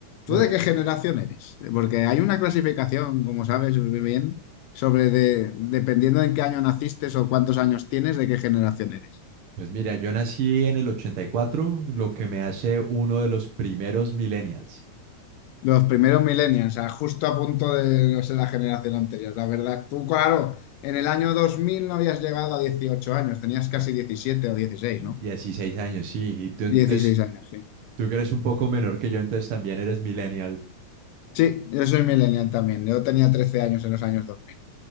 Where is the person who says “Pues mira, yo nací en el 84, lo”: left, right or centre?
Right